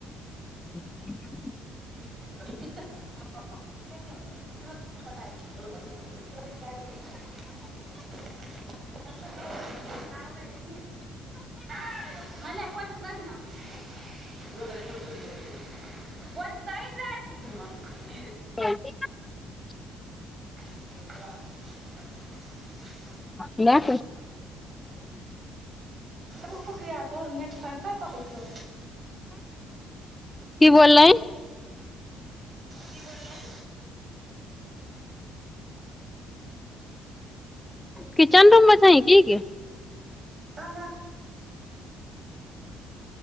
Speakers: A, on the left (about 15°); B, on the right (about 35°).
A: <inaudible>
B: <inaudible> रहब नहि न पोइछ दहिं
A: <inaudible>
B: <inaudible>
A: न
B: फुक फुक या तोहर नेट फाइ फाइ पकै छौ
A: कि बोललय
B: की बोललै
A: किचन रूममे छही की गे
B: हन न